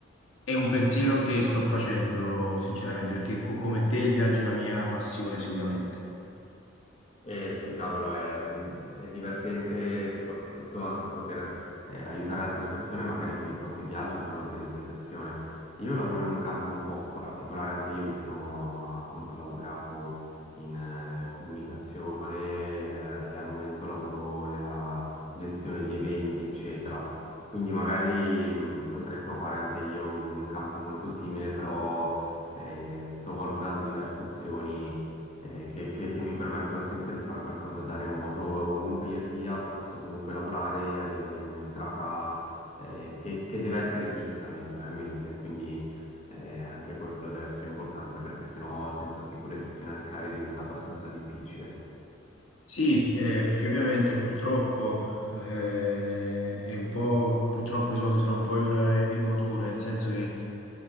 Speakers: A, on the left; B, on the left.
A: è un pensiero che sto facendo sinceramente, perché co- come te il viaggio è la mia passione sicuramente.
B: Eh sì, cavolo, è, è divertente soprattutto anche poter eh, aiutare altre persone magari con i propri viaggi e con l'organizzazione. Io lavoro in un campo un po' particolare, anche io mi sono appunto laureato in eh, comunicazione eh, e al momento lavoro nella gestione di eventi, eccetera. Quindi magari mh, potrei provare anche io in un campo molto simile, però eh, sto valutando diverse opzioni eh, che, che- che mi permettono sempre di fare qualcosa da remoto, ovunque io sia, posso comunque lavorare e avere un'entrata eh, che, che deve essere fissa in, in mente, quindi eh, anche quello deve essere importante perché sennò senza sicurezze finanziarie diventa abbastanza difficile.
A: Sì, eh, perché ovviamente purtroppo, eh, è un po', purtroppo i soldi sono un po' il, il motore, nel senso che